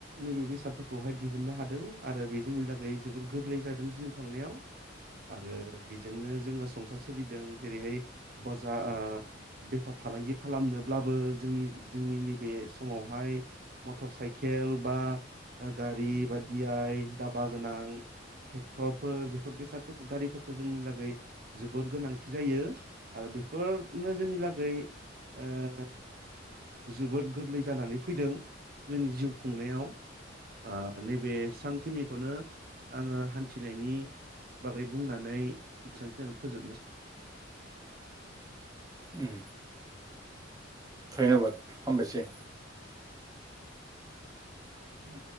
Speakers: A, on the right; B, on the right.
A: नैबे बेसाद फोरखौ दिहुन्नो हादों आरो बे जोबोर गोरलै जादों जिउ खांनायाव आरो बेजोंनो जोङो संसार सोलिदों जेरैहाय बाजा बेफार फालांगि खालामनोब्लाबो जोंनि नैब समावहाय मटर साइ केल बा गारि बा दि आइ। गोनां थेखथरफोर बेफोर बेसादफोरखौ गारिफोरखौ जोंनि लागै जोबोर गोनांथि जायो आरो बेफोरनो जोंनि लागै ओ जोबोद गोरलै जानानै फैदों जोंनि जिउ खुंनायाव आ नैबे सानखिनिखौनो आङो हान्थिनायनि बागै बुंनानै बेसांखिनिआवनो फोजोबनो
B: उम। धन्यबाद हामबायसै।
A: उम।